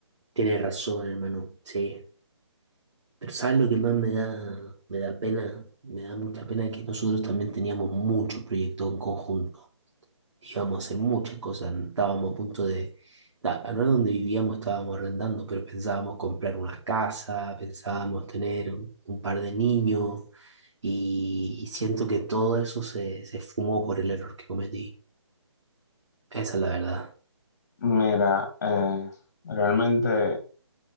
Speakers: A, on the right (about 80°); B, on the left (about 35°).
A: Tienes razón, hermano, sí. Pero ¿sabes lo que más me da, me da pena? Me da mucha pena que nosotros también teníamos muchos proyectos en conjunto. íbamos a hacer muchas cosas. Estábamos a punto de, ta- no era donde vivíamos, estábamos arrendando, pero pensábamos comprar una casa, pensábamos tener un, un par de niños y, y siento que todo eso se, se fumó por el error que cometí. Esa es la verdad.
B: Mira, eh, realmente